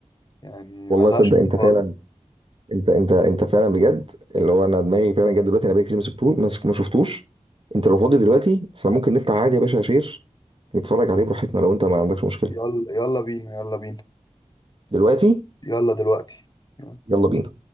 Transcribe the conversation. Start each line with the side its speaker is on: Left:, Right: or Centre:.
Left: يعني
Right: والله
Left: ما زهقش
Right: صدق
Left: منه
Right: انت فعلا
Left: خالص
Right: انت انت انت فعلا بجد اللي هو انا دماغي فعلا جت دلوقتي انا بقالي كتير ما شفتوش ما سبت- ما شفتوش انت لو فاضي دلوقتي احنا ممكن نفتح عادي يا باشا شير نتفرج عليه براحتنا لو انت ما عندكش مشكلة
Left: يلا يلا بينا يلا بينا
Right: دلوقتي
Left: يلا دلوقتي يلا
Right: يلا بينا